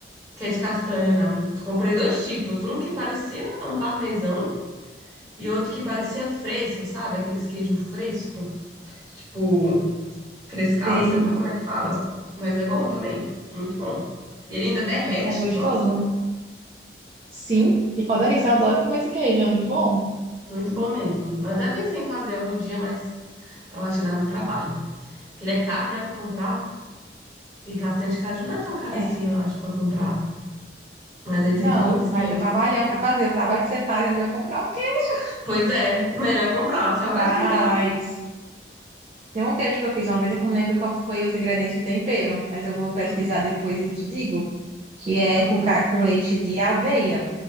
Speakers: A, on the right; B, on the right.
A: que é de castanha, não. Comprei dois tipos, um que parecia um parmesão e outro que parecia fresco, sabe? Aqueles queijo fresco, tipo frescal,
B: Sei.
A: sei lá como é que fala, mas é bom também, muito bom. E ele ainda derrete,
B: É gostoso?
A: nossa,
B: Sim. E com a delícia, eu adoro comer esse queijo, é muito bom.
A: muito bom mesmo. Eu até pensei em fazer algum dia, mas eu acho que dá muito trabalho. Porque ele é caro, né, pra comprar. E castanha de caju não é tão caro
B: É.
A: assim, eu acho, pra comprar. Mas aí
B: Não,
A: tem todo um esquema
B: mas dá trabalhão
A: pra fazer.
B: pra fazer. O trabalho que você faz é melhor comprar o queijo.
A: Pois é, melhor comprar. O trabalho
B: Mas
A: que dá.
B: tem um queijo que eu fiz uma vez, é que eu não lembro qual foi os ingredientes de tempero, mas eu vou pesquisar
A: Uhum.
B: depois e te digo, que é
A: Nossa,
B: com, ca- com leite de aveia.